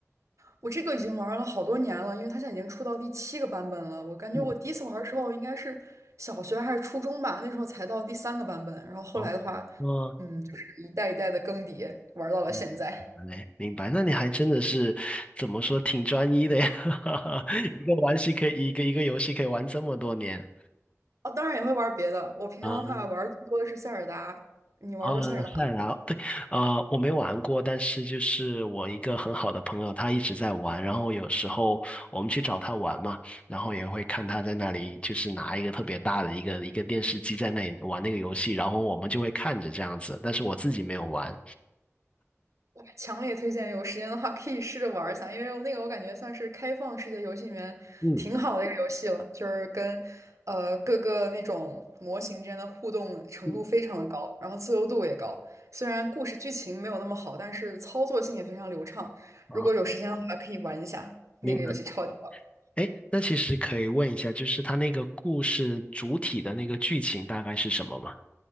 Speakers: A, on the right (about 70°); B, on the left (about 20°).
A: 我这个已经玩了好多年了，因为它现在已经出到第七个版本了。我感觉我第一次玩的时候应该是小学还是初中吧，
B: 嗯，
A: 那时候才到第三个版本。然后后来的话，
B: 哦，哦，
A: 嗯，就是一代一代的更迭，玩到了现在。
B: 嗯嘞，明白。那你还真的是怎么说，挺专一的呀，<laughs> 一个玩戏可以，一个一个游戏可以玩这么多年。
A: 哦，当然也会玩别的。我平常的话玩更多的是塞尔达。
B: 啊。
A: 你玩过塞尔达吗？
B: 呃，赛尔达，对，呃，我没玩过，但是就是我一个很好的朋友，他一直在玩，然后有时候我们去找他玩嘛，然后也会看他在那里，就是拿一个特别大的一个一个电视机在那里玩那个游戏，然后我们就会看着这样子，但是我自己没有玩。
A: 强烈推荐，有时间的话可以试着玩一下，因为那个我感觉算是开放世界游戏里面挺好的一个游戏了，
B: 嗯
A: 就是跟呃各个那种模型之间的互动程度非常的高，
B: 嗯，
A: 然后自由度也高。虽然故事剧情没有那么好，但是操作性也非常流畅。
B: 啊，
A: 如果有时间的话，可以玩一下那个游戏，
B: 明白。
A: 超级棒，
B: 哎，那其实可以问一下，就是他那个故事主体的那个剧情大概是什么吗？